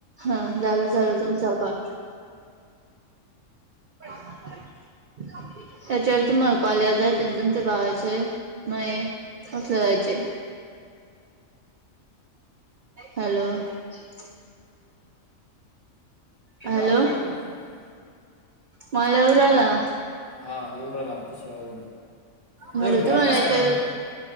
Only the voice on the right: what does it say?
हा झाला चालु तुमच का <unintelligible> त्याच्यावर तुम्हाला कॉल येत जातील तुमच्या भावाचे माये. असं जायचे हॅलो. <inaudible> हॅलो
मला येऊ राहिला आ
मला
तुम्हाला
याच्यावर